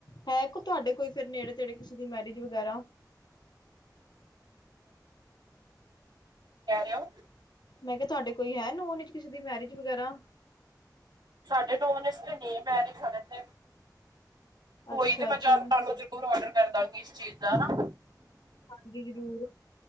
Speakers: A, on the left (about 80°); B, on the right (about 80°).
A: ਹੈ ਕੋ ਤੁਹਾਡੇ ਕੋਈ ਫੇਰ ਨੇੜੇ ਤੇੜੇ ਕਿਸੀ ਦੀ ਮੈਰਿਜ ਵਗੈਰਾ?
B: ਕੀ ਕਹਿ ਰਹੇ ਹੋ।
A: ਮੈਂ ਕਿਹਾ ਤੁਹਾਡੇ ਕੋਈ ਹੈ ਨੋਨ ਚ ਕਿਸੇ ਦੀ ਮੈਰਿਜ ਵਗੈਰਾ।
B: ਸਾਡੇ ਨੋਨੇ ਚ ਤੇ ਨਹੀਂ ਹੈ ਮੈਰਿਜ ਹਜੇ ਤੇ
A: ਅੱਛਾ
B: ਹੋਈ ਤੇ ਮੈ
A: ਅੱਛਾ
B: ਦਸ
A: ਮੈਂ
B: ਜ਼ਰੂਰ ਆਰਡਰ ਕਰਦਾਂਗੀ ਇਸ ਚੀਜ਼ ਦਾ ਹਨਾ।
A: ਹਾਂਜੀ ਜ਼ਰੂਰ।